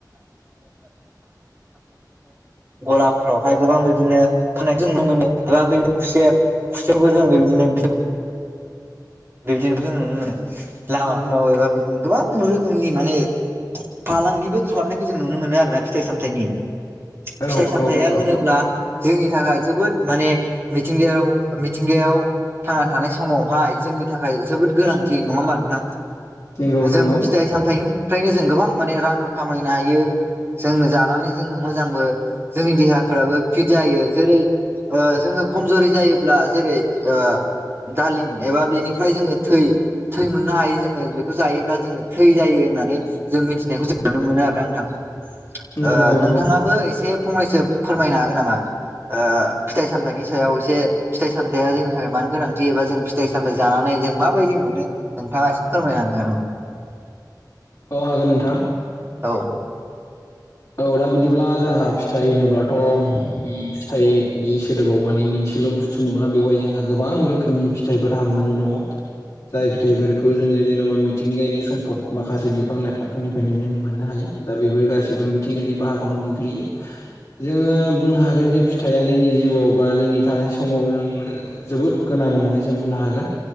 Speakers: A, on the right; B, on the left.
A: गलाफ्रावहाय गोबां बिदिनो फाननायखौ नुनो मोनो आरो बेबायदिनो खुसेर। खुसेरखौ जों बेबायदिनो बिद बिबदिनो जों नुनो मोनो लामाफ्राव
B: नंगौ नोंथां
A: एबा बिदिनो गोबां रोखोमनि माने फालांगिबो खालामनायखौ जों नुनो मोनो आरो ना फिथाइ सामथायनि।
B: औ
A: फिथाइ सामथाया होनोब्ला
B: औ
A: जोंनि थाखाय जोबोद माने मिथिंगायाव मिथिंगायाव थांना थानाय समावहाय जों थाखाय जोबोद गोनांथि नङा होमबा नोंथां?
B: नंगौ नंगौ
A: जों फिथाइ सामथाइ फ्रायनो जों गोबां माने रांबो खामायनो हायो। जोङो जानानै जोङो मोजांबो जोंनि देहाफ्राबो फिट जायो जेरै- ओ-जोङो खमजरि जायोब्ला जेरै ओ- दालिम एबा बेनि फ्राय जोङो थै थै मोननो हायो जोङो बेखौ जायोब्ला जोङो थै जायो होननानै जों मिथिनायखौ जों नुनो मोनो आरोना नोंथां।
B: नंगौ
A: ओ-नोंथाङाबो
B: नंगौ नंगौ
A: एसे फंनैसो फोरमायनो हागोन नामा? ओ- फिथाइ सामथाइनि सायाव एसे फिथाइ सामथाइया जोंनि थाखाय मानो गोनांथि एबा जों फिथाइ सामथाइ जाना नै जों माबायदि मोनो नोंथाङा एसे फोरमायना होनो हागोन ना?
B: औ हागोन नोंथां।
A: औ
B: औ दा बिदिब्ला जोंहा फिथाइ होनोब्लाथ' उम फिथाइनि सोदोबाव माने मोनस सेल' बुस्थु नङा बेवहाय जोंहा गोबां रोखोमनि फिथाइफोर हाबनानै दङ। जाय फिथाइफोरखौ जोङो जेन'बा मिथिंगायारि सम्पद माखासे बिफां लाइफांफोरनिफ्रायनो जोङो मोननो हायो। दा बेफोर गासैबो मिथिंगानि बाहागोआवनो गोग्लैयो। जोङो बुंनो हागोन जे फिथाइया जोंनि जिउआव बा जोंनि थानाय समाव जोंनो जोबोद गोनां। होननानै जों बुंनो हागोन